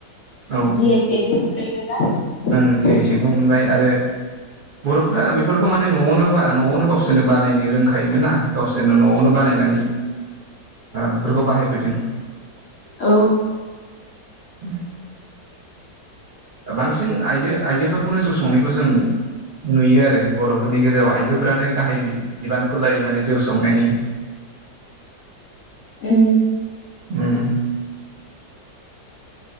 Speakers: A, on the right; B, on the left.
A: औ
B: जि आइ टेकबो मोनलायबायबा
A: जियाथेकबो मोनबाय आरो बर'फ्रा बेफोरखौ माने न'आवनो बा न'आवनो गावसोरनो बानायनो रोंखायोमोन ना गावसोरनो न'आवनो बानाय नायनानै बेफोरखौ बाहायबोदों।
B: औ
A: <inaudible> बांसिन आइजो आइजोफोरखौनो जौ संनायखौ जों नुयो आरो बर'फोरनि गेजेराव आइजोफ्रानो गाहाय बिबानखौ लायो माने जौ संनायनि <inaudible>
B: उम।
A: उम।